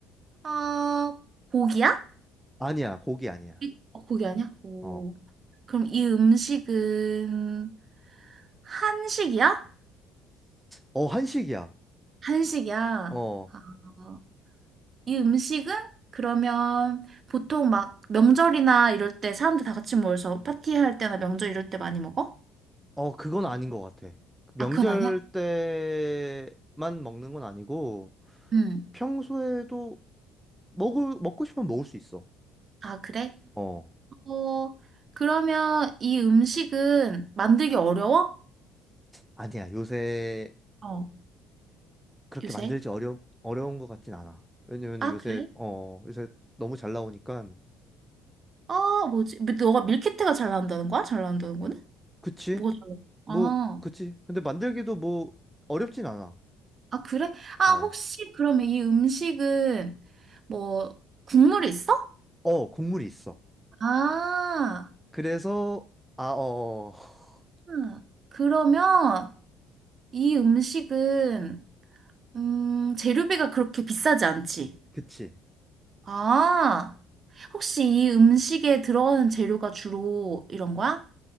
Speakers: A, on the right; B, in the centre.
A: 어, 고기야?
B: 아니야. 고기 아니야.
A: 이- 어, 고기 아니야? 오.
B: 어,
A: 그럼 이 음식은 한식이야?
B: 어, 한식이야.
A: 한식이야.
B: 어,
A: 아, 이 음식은 그러면 보통 막 명절이나 이럴 때 사람들 다 같이 모여서 파티할 때나 명절 이럴 때 많이 먹어?
B: 어, 그건 아닌 것 같아. 명절
A: 아, 그건 아니야?
B: 때만 먹는 건 아니고
A: 음.
B: 평소에도 먹을, 먹고 싶으면 먹을 수 있어.
A: 아, 그래?
B: 어,
A: 어, 그러면 이 음식은 만들기 어려워?
B: 아니야. 요새
A: 어,
B: 그렇게
A: 요새?
B: 만들지 어려, 어려운 것 같진 않아. 왜냐면
A: 아,
B: 요새,
A: 그래?
B: 어, 요새 너무 잘 나오니까.
A: 어, 뭐지? 근데 너가 밀키트가 잘 나온다는 거야? 잘 나온다는 거는?
B: 그치?
A: 뭐가 잘
B: 뭐,
A: 나와? 아,
B: 그치? 근데 만들기도 뭐 어렵진 않아.
A: 아, 그래? 아,
B: 어.
A: 혹시 그러면 이 음식은 뭐 국물이 있어?
B: 어, 국물이 있어.
A: 아,
B: 그래서, 아, 어, 어, <laughs>
A: 음. 그러면 이 음식은, 음, 재료비가 그렇게 비싸지 않지?
B: 그치.
A: 아, 혹시 이 음식에 들어가는 재료가 주로 이런 거야?